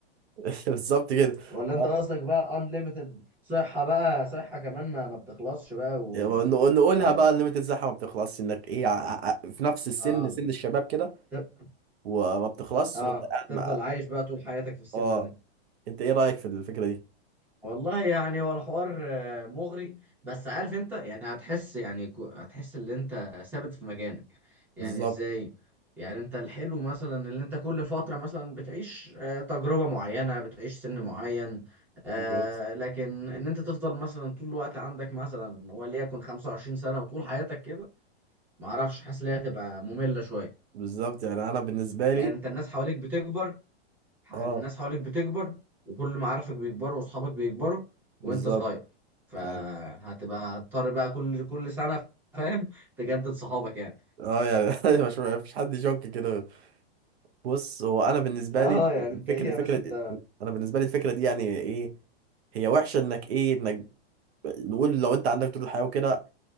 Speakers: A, on the right; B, in the centre.
A: <laughs> بالظبط كده
B: <laughs> ولا انت
A: ها؟
B: قصدك بقى unlimited صحه بقى صحه كمان ما ما بتخلصش بقى و
A: يعني نق- نقولها
B: و
A: بقى الليميتد بتاعها ما بتخلصش انك ايه ع- ع- في نفس السن
B: اه
A: سن الشباب كده
B: ت-
A: وما بتخلص
B: اه
A: وانت قاعد
B: تفضل
A: مع
B: عايش بقى طول حياتك في السن
A: اه
B: ده
A: انت ايه رأيك في الفكرة دي
B: والله يعني هو الحوار آه، مغري بس عارف انت يعني هتحس يعني كو- هتحس ان انت ثابت في مكانك يعني
A: بالظبط
B: ازاي يعني انت الحلو مثلا اللي انت كل فترة مثلا بتعيش آه، تجربة معينة بتعيش سن معين آه،
A: بالظبط
B: لكن ان انت تفضل مثلا طول الوقت عندك مثلا وليكن 25 سنة وطول حياتك كده معرفش حاسس ان هي هتبقى مملة شوية
A: بالظبط يعني انا بالنسبة لي
B: يعني انت الناس حواليك بتكبر
A: اه
B: الناس حواليك بتكبر وكل معارفك بيكبروا واصحابك بيكبروا وانت
A: بالظبط
B: صغير فهتبقى
A: يعني
B: هتضطر بقى كل كل سنة فاهم تجدد صحابك يعني
A: اه يعني <laughs> مش مش حد يشك كده بص هو انا بالنسبه
B: اه
A: لي
B: يعني
A: الفكره
B: انت ايه يا
A: الفكره
B: باشا انت
A: انا بالنسبه لي الفكره دي يعني ايه هي وحشه انك ايه انك نقول لو انت عندك طول الحياه وكده